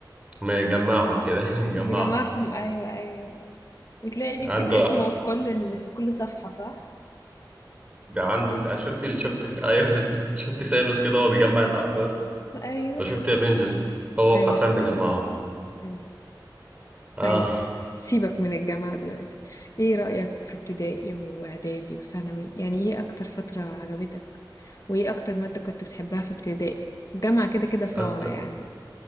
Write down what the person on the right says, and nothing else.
مجمعهم كده <laughs> يعني مجمعهم
عنده
أح...
عنده س... شفت شفت ايوه <laughs> بالظبط. شفت سانوس كده وهو بيجمع الاحجار
لو شفت افنجرز هو
حرفيا مجمعهم
اه
اكتر